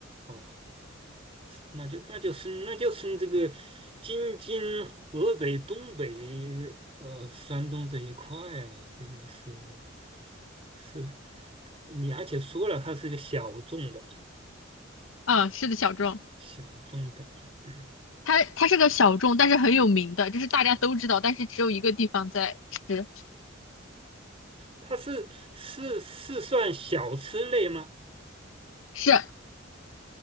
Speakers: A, on the right; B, on the left.
A: 哦，那就那就是那就是这个京津河北东北呃山东这一块了，这个是是，你而且说了它是一个小众的
B: 嗯，是的，小众，
A: 小众的，嗯
B: 它它是个小众，但是很有名的，就是大家都知道，但是只有一个地方在吃。
A: 它是是是算小吃类吗？
B: 是，